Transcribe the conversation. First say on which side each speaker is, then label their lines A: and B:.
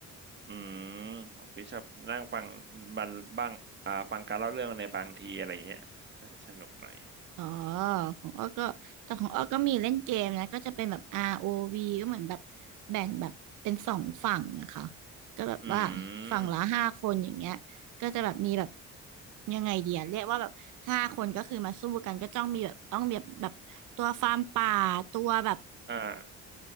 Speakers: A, on the right; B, on the right.
A: อืมของพี่ชอบนั่งฟังบันบ้างอ่าฟังการเล่าเรื่องในบางทีอะไรเงี้ยก็จะสนุกหน่อย
B: อ๋อของอ้อก็แต่ของอ้อก็มีเล่นเกมนะก็จะเป็นแบบ ROV ก็เหมือนแบบแบ่งแบบเป็นสองฝั่งอะค่ะก็แบบว่า
A: อืม
B: ฝั่งละห้าคนอย่างเงี้ยก็จะแบบมีแบบยังไงเดียเรียกว่าแบบห้าคนก็คือมาสู้กันก็ต้องมีแบบต้องแบบแบบตัวฟาร์มป่าตัวแบบ
A: อ่า